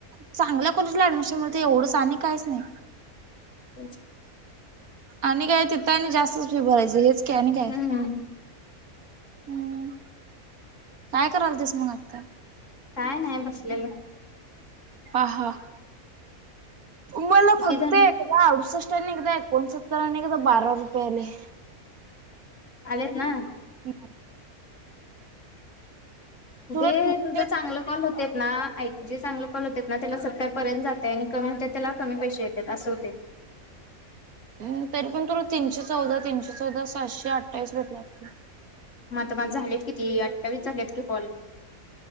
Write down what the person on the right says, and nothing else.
चांगल्या कॉलेजला ऍडमिशन मिळत एवढंच आणि काहीच नाही
आणि काय तेिथ आणि जास्तच फी भरायचं हेच काय आणि काय
हम्म काय कराल तेस मग आत्ता
हा हा मला
फक्त
अडुसष्टांनी एकदा एकोणसत्तरांनी एकदा बारा रुपयेले
ह तुला
तीनशे
ह तरी पण तुला तीनशे चौदा तीनशे चौदा सातशे अठ्ठावीस भेटलात कि